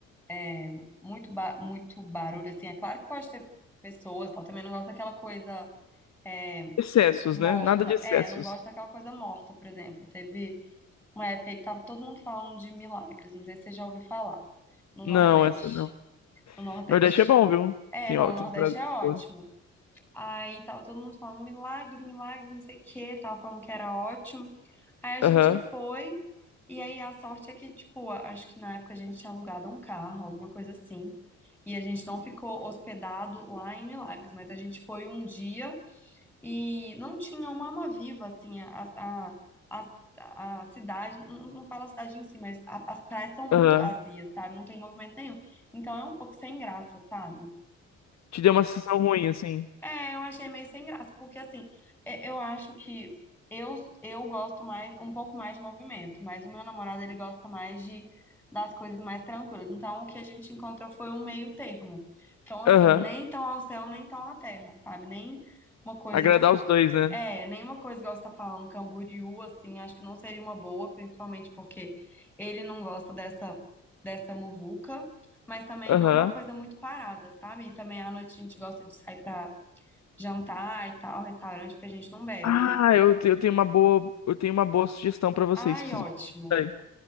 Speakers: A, in the centre; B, on the left (about 45°).
A: é, muito, ba muito barulho, assim. É claro que pode ter pessoas, tal. Também não gosto daquela coisa é,
B: Excessos,
A: morta.
B: né? Nada de excessos.
A: É, não gosto daquela coisa morta, por exemplo. Teve. uma época aí que tava todo mundo falando de milagres, não sei se você já ouviu falar, no Nordeste.
B: Não, essa não.
A: No Nordeste.
B: Nordeste é bom, viu?
A: É,
B: Tem,
A: não,
B: ó,
A: o
B: tem
A: Nordeste
B: prazer.
A: é
B: de
A: ótimo.
B: boa.
A: Aí tava todo mundo falando milagres, milagres, não sei o quê, tava falando que era ótimo. Aí a gente
B: Aham,
A: foi, e aí a sorte é que, tipo, a- acho que na época a gente tinha alugado um carro, alguma coisa assim. E a gente não ficou hospedado lá em Milagres, mas a gente foi um dia. E não tinha uma alma viva, assim, a, a, a, a- cidade, não, não falo a cidade em si, mas a- as praias são muito
B: aham.
A: vazias, sabe? Não tem movimento nenhum. Então é um pouco sem graça, sabe?
B: Te deu uma sensação ruim, assim.
A: É, eu achei meio sem graça, porque assim, é, eu acho que eu, eu gosto mais, um pouco mais de movimento, mas o meu namorado, ele gosta mais de, das coisas mais tranquilas. Então, o que a gente encontrou foi um meio termo. Então, assim,
B: Aham.
A: nem tão ao céu, nem tão à terra, sabe? Nem uma coisa,
B: Agradar
A: tipo,
B: os dois, né?
A: é, nenhuma coisa igual você tá falando, Camboriú, assim, acho que não seria uma boa, principalmente porque ele não gosta dessa, dessa muvuca. Mas também
B: Aham.
A: não uma coisa muito parada, sabe? E também à noite a gente gosta de sair pra jantar e tal, restaurante, porque a gente não bebe,
B: Ah,
A: né?
B: eu, te- eu tenho uma boa, eu tenho uma boa sugestão pra vocês,
A: Ai,
B: se vocês
A: ótimo.
B: gostarem.